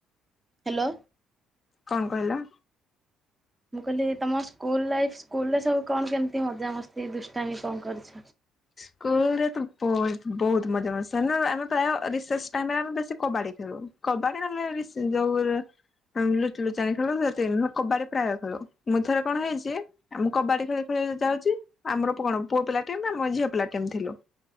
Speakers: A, on the right; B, on the left.
A: ହ୍ୟାଲୋ
B: କଣ କହିଲା?
A: ମୁଁ କହିଲି ତମ ସ୍କୁଲ ଲାଇଫ ସ୍କୁଲରେ ସବୁ କଣ କେମିତି ମଜାମସ୍ତି ଦୁଷ୍ଟାମି କଣ କରିଛ?
B: ସ୍କୁଲ ରେ ବହୁତ ବହୁତ ମଜା ମଜ ସମେ ପ୍ରାୟା ରିସେସ ଟାଇମ୍ ରେ ଆମେ ବେଶ କବାଡି ଖେଳୁ। କବାଡ଼ି ନହେଲେ ରିଶି ଯୋଉ ଲୁଚୁ ଲୁଚାଣି ଖେଳୁ ସେ କବାଡି ପ୍ରାୟ ଖେଳୁ ମୁଁଥରେ କଣ ହେଇଛି? ଆମଁ କବାଡି ଖେଳି ଖେଳି ଯାଉଛି ଆମର କଣ ପୁଅ ପିଲା ଟିମ ଆମ ଝିଅ ପିଲା ଟିମ୍ ଥିଲୁ।